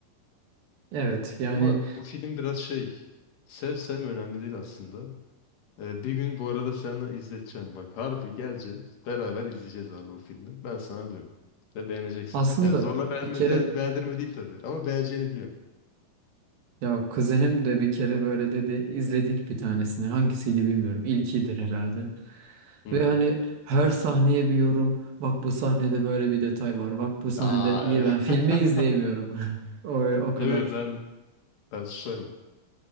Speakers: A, on the right; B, on the left.
A: Evet yani
B: Ama bu film biraz şey sev sevme önemli değil aslında. E, bir gün bu arada sana izleteceğim bak. Harbi geleceğim. Beraber izleyeceğiz abi bu filmi. Ben sana diyorum. Ve beğeneceksin.
A: aslında
B: Yani zorla beğenme,
A: bir kere
B: de- beğendirme değil tabii. Ama beğeneceğini biliyorum.
A: ya bak kuzenim de bir kere böyle dedi izledik bir tanesini hangisiydi bilmiyorum ilkidir herhalde.
B: Hmm.
A: Ve hani her sahneye bir yorum bak bu sahnede böyle bir detay var bak bu sahnede
B: Aa,
A: iyi
B: evet.
A: ben filmi
B: <laughs>
A: izleyemiyorum. <laughs> O, o kadar.
B: Yo, yo, ben ben susarım.